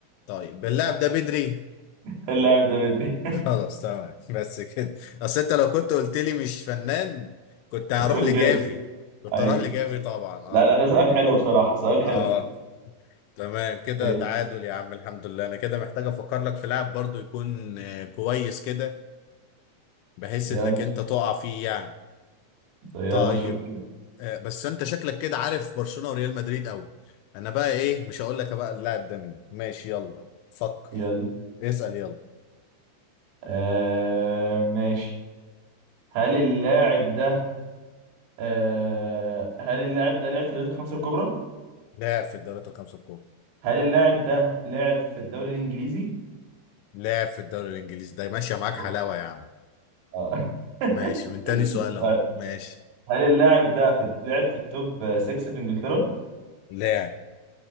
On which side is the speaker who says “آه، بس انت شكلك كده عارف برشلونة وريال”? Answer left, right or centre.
Left